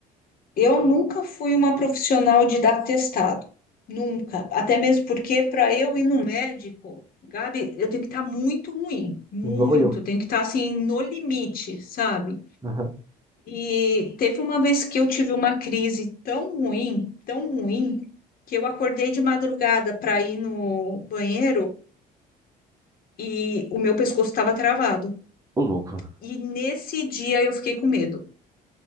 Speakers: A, on the left (about 60°); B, on the right (about 20°).
A: eu nunca fui uma profissional de dar testado. Nunca. Até mesmo porque para eu ir no médico, Gabi, eu tenho que estar muito ruim. Muito.
B: Igual eu.
A: Tenho que estar assim, no limite, sabe?
B: Aham.
A: E teve uma vez que eu tive uma crise tão ruim, tão ruim, que eu acordei de madrugada para ir no banheiro e o meu pescoço estava travado.
B: Ô, louco.
A: E nesse dia eu fiquei com medo,